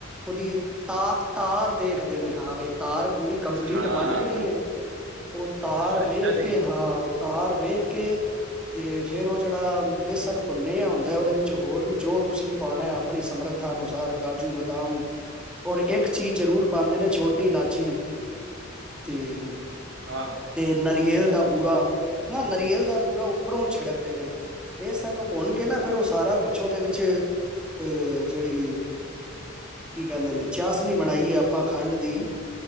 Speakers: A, in the centre; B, on the right.
A: ਉਹਦੀ ਤਾ ਤਾਰ ਦੇਖਦੇ ਨੇ ਹਾਂ, ਬਈ ਤਾਰ ਪੂਰੀ ਕੰਪਲੀਟ
B: ਹਾਂ
A: ਬਣ ਰਹੀ ਐ, ਉਹ ਤਾਰ
B: ਅੱਛਾ
A: ਵੇਖ
B: ਜੀ
A: ਕੇ ਹਾਂ ਤਾਰ ਵੇਖ ਕੇ ਤੇ ਫੇਰ ਉਹ ਜਿਹੜਾ ਬੇਸਨ ਭੁੰਨੇਿਆ ਹੁੰਦਾ ਉਹਦੇ ਵਿੱਚ ਹੋਰ ਵੀ ਜੋ ਤੁਸੀਂ ਪਾਉਣਾ ਆਪਣੀ ਸਮਰੱਥਾ ਅਨੂਸਾ ਰ ਕਾਜੂ ਬਦਾਮ ਔਰ ਇੱਕ ਚੀਜ਼ ਜ਼ਰੂਰ ਪਾਉਂਦੇ ਨੇ ਛੋਟੀ ਇਲਾਚੀ ਤੇ
B: ਆਹ
A: ਨਾਰੀਏਲ ਦਾ ਬੂਰਾ ਨਾ ਰੀਅਲ ਦਾ ਬੂਰਾ ਉੱਪਰੋਂ ਛਿੜਕਦੇ ਨੇ, ਵੇਸਣ ਨੂੰ ਭੁੰਨ ਕੇ ਨਾ ਫੇਰ ਉਹ ਸਾਰਾ ਕੁਛ ਉਹਦੇ ਵਿੱਚ ਅਹ ਜਿਹੜੀ ਕੀ ਕਹਿੰਦੇ ਨੇ ਚਾਸ਼ ਨੀਂ ਬਣਾਈ ਆਪਾਂ ਖੰਡ ਦੀ